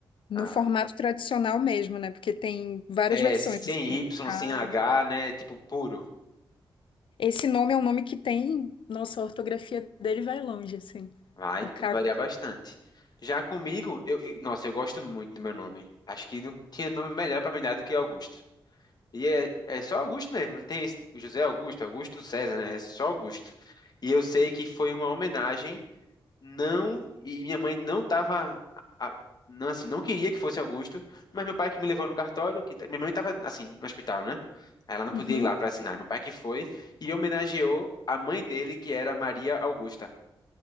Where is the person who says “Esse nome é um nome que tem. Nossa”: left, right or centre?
Left